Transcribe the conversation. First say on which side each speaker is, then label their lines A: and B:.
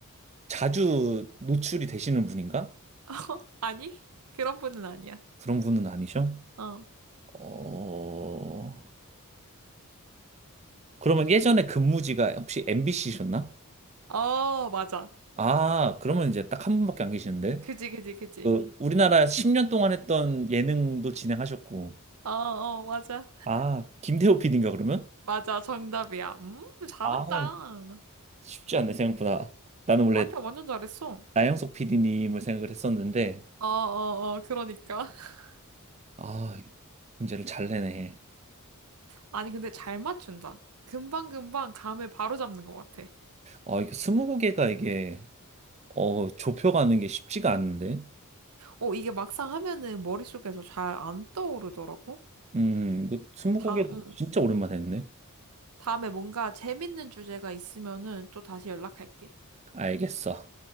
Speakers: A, on the right; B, on the right.
A: 자주 노출이 되시는 분인가?
B: <laughs> 어, 아니? 그런 분은 아니야.
A: 그런 분은 아니셔?
B: 어.
A: 어... 그러면 예전에 근무지가 혹시 MBC셨나?
B: 어, 맞아.
A: 아, 그러면 이제 딱 한 분밖에 안 계시는데.
B: 그지, 그지, 그지.
A: 그 우리나라 10년 동안 했던 예능도 진행하셨고.
B: 어, 어, 맞아.
A: 아, 김태호 PD인가 그러면?
B: 맞아, 정답이야. 음, 잘한다.
A: 아, 쉽지 않네 생각보다. 나는 원래
B: 아니야, 완전 잘했어.
A: 나영석 PD님을 생각을 했었는데
B: 어, 어, 어, 그러니까. <laughs>
A: 아, 문제를 잘 내네.
B: 아니, 근데 잘 맞춘다. 금방금방 감을 바로잡는 것 같아.
A: 아, 이게 20개가 이게 어, 좁혀가는 게 쉽지가 않은데.
B: 어, 이게 막상 하면은 머릿속에서 잘 안 떠오르더라고.
A: 음, 이거 20개
B: 다, 응,
A: 진짜 오랜만에 했네.
B: 다음에 뭔가 재밌는 주제가 있으면은 또 다시 연락할게.
A: 알겠어.